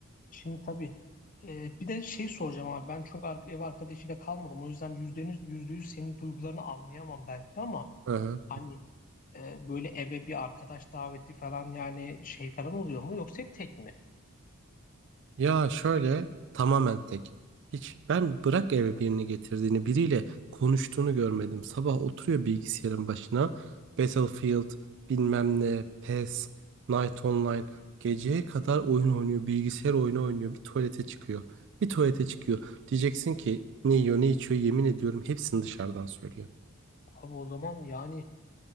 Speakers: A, on the left (about 40°); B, on the right (about 55°).
A: şimdi tabii e, bir de şey soracağım abi ben çok ar- ev arkadaşıyla kalmadım o yüzden yüzde yüz, yüzde yüz senin duygularını anlayamam belki ama
B: Hı hı.
A: hani e, böyle eve bir arkadaş daveti falan yani şey falan oluyor mu yoksa hep tek mi?
B: Ya şöyle tamamen tek. Hiç ben bırak eve birini getirdiğini biriyle konuştuğunu görmedim. Sabah oturuyor bilgisayarın başına. Battlefield bilmem ne PES Night Online geceye kadar oyun oynuyor bilgisayar oyunu oynuyor bir tuvalete çıkıyor. Bir tuvalete çıkıyor. Diyeceksin ki ne yiyor ne içiyor yemin ediyorum hepsini dışarıdan söylüyor.
A: Abi o zaman yani